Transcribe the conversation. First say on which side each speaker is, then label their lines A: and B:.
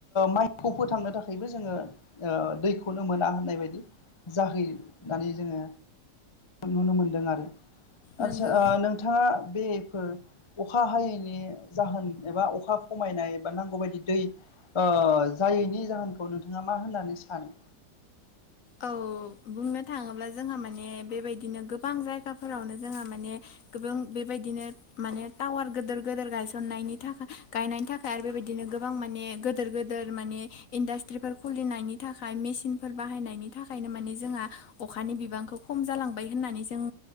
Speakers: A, on the left; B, on the left.
A: माइखौ फोथांनो थाखायबो जोङो ओ दैखौनो मोना होननाय बायदि जाहैनानै जोङो नुनो मोनदों आरो आदसा
B: नोंगौ
A: ओ नों नोंथाङा बेफोर अखा हायैनि जाहोन एबा अखा खमायनाय एबा नांगौ बायदि दै ओ जायैनि जाहोनखौ नोंथाङा मा होननानै सानो
B: औ बुंनो थाङोब्ला जोंहा माने बेबायदिनो गोबां जायगाफोरावनो जोंहा माने गोबां बेबायदिनो माने टावार गोदोर गोजोर गायसननायनि थाखाय गायनायनि थाखाय आरो बेबायदिनो गोबां माने गोदोर गोदोर माने इन्डास्ट्रिफोर खुलिनायनि थाखाय मेसिनफोर बाहायनायनि थाखायनो माने जोंहा अखानि बिबांखौ खम जालांबाय होननानै जों